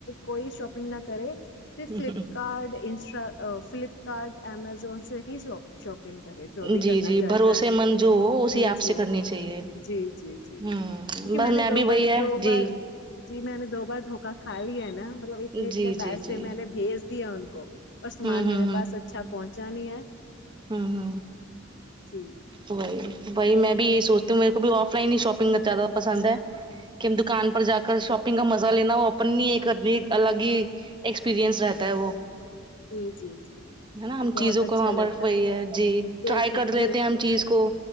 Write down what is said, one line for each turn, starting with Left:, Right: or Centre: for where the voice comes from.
Left: کوئی شاپنگ نہ کرے صرف
Right: ہ
Left: فلپکارٹ
Right: ہ
Left: انسٹا فلپکارٹ امزون سے ہی جو شاپنگ کرے جو بھی
Right: جی
Left: کرنا
Right: جی
Left: چاہتا
Right: بھروسے
Left: ہے
Right: مند جو ہو اسی
Left: جی
Right: ایپ
Left: جی
Right: سے کرنی چاہیے
Left: جی جی جی
Right: ہوں
Left: کیونکہ
Right: بس
Left: میں نے دو
Right: بھی وہی
Left: بار
Right: ہے
Left: دو
Right: جی
Left: بار جی میں نے دو بار دھوکا کھا لیا ہے نا مطلب اتنے
Right: جی
Left: اتنے پیسے
Right: جی جی
Left: میں نے بھیج دیا ان کو اور سامان
Right: ہوں ہوں
Left: میرے پاس اچھا پہنچا نہیں ہے
Right: ہمم
Left: جی
Right: وہی وہی میں بھی یہی سوچتی ہوں میرے کو بھی آف لائن ہی شاپنگ زیادہ پسند ہے کہ ہم دکان پر جا کر شاپنگ کا مزہ لینا ہو اپننی ایک انی الگ ہی ایکسپیریئنس رہتا ہے وہ
Left: جی جی جی
Right: نا
Left: جی
Right: ہم
Left: بہت
Right: چیزوں
Left: اچھا
Right: کو وہاں
Left: لگتا
Right: پر وہی ہے جی
Left: ہے، دیکھ
Right: ٹرائی کر
Left: دیکھتے
Right: لیتے ہیں ہم چیز کو